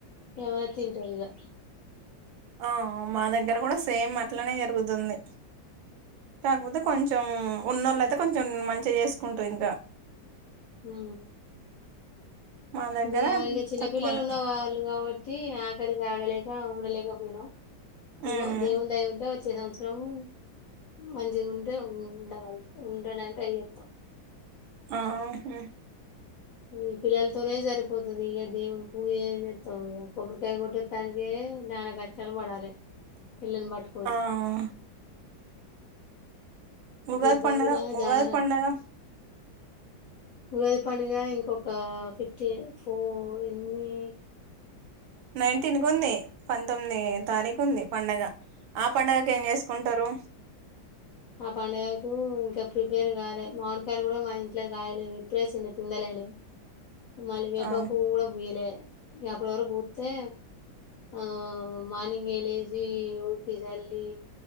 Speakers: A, on the left (about 70°); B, on the right (about 80°).
A: ఇగా పోయి తింటారు ఇగా
B: ఆ మా దగ్గర కూడా సేమ్ అట్లనే జరుగుతుంది. కాకపోతే కొంచెం ఉన్నోళ్లు అయితే కొంచెం మంచిగా చేసుకుంటారు ఇంకా
A: ఉ
B: మా దగ్గర
A: మేము ఇగా చిన్నపిల్లలు
B: తక్కువనే
A: ఉన్న వాళ్ళు కాబట్టి, టి ఆకలికి ఆగలేక ఉండలేకపోయినాం
B: ఉమ్
A: ఏమో దేవుని దయ ఉంటే, పోయిన సంవత్సరము, మంచి ఉంటే ఉండగల ఉండడంటే ఎరతం,
B: ఆ హు
A: ఈ పిల్లలతోనే సరిపోతది ఈక దేవునికి పూజ ఏంచేతావు కొబ్బరికాయ కోటోతానికే లెవ్ నానా కష్టాలు పడాలే,
B: <unintelligible>
A: పిల్లని పట్టుకొన్ని,
B: ఆ ఉగాది
A: ఇబ్బందిలా
B: పండగా ఎవలి
A: జాగర
B: పండగా,
A: ఉగాది పండుగ ఇంకొక ఫిఫ్టీ ఫోర్ ఇన్ని
B: నైన్టీన్ కు ఉంది పంతొమ్మిది తారీఖు ఉంది పండగ, ఆ పండుగకి ఏం చేసుకుంటారు.
A: ఆ పండుగలకు ఇంకా ప్రిపేర్ కాలే మామిడికాయలు కూడా మా ఇంట్లో కాయలే ఇప్పుడే చిన్న పిందలు అయినాయి,
B: <unintelligible>
A: మళ్ళీ వేప
B: ఆ
A: పూవు కూడా పూయలే అప్పడి వరకు పూస్తే, ఆ మార్నింగ్ లేసి ఉకి చల్లి